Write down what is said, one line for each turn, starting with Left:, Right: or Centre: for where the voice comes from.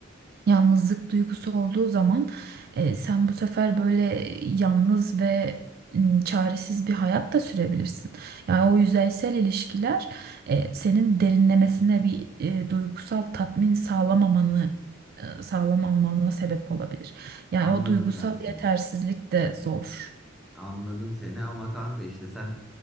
Right: yalnızlık duygusu olduğu zaman e, sen bu sefer böyle yalnız ve m, çaresiz bir hayat da sürebilirsin. Yani o yüzeysel ilişkiler e, senin derinlemesine bir e, duygusal tatmin sağlamamanı e, sağlamamana sebep olabilir. Yani
Centre: Anladım
Right: o duygusal
Centre: ben seni.
Right: yetersizlik de zor.
Centre: Anladım seni ama kanka işte sen